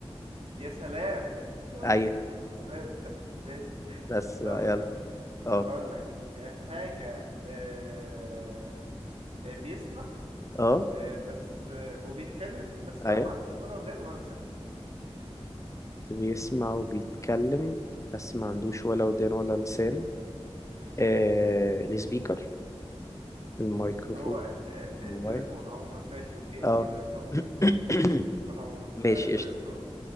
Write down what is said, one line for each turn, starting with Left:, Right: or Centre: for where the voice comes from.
Right: يا سلام <laughs>
Left: ايوه
Right: تمام ماشي
Left: بس
Right: طب
Left: بقى
Right: استنى
Left: يلا اه
Right: هقول لك حاجة آه، آه، بيسمع
Left: اه
Right: آه، بس آه، وبيتكلم بس
Left: ايوه
Right: هو ما عندوش ولا ودان ولا لسان
Left: بيسمع وبيتكلم بس ما عندوش ولا ودان ولا لسان
Right: مم.
Left: آه السبيكر الميكروفون
Right: هو ال-
Left: الموبايل
Right: التليفون عموما ماشي اوكي اوكي
Left: اه
Right: تمام
Left: <coughs>
Right: هو التل- التليفون عموما
Left: ماشي
Right: آه، طيب
Left: قشطة
Right: دورك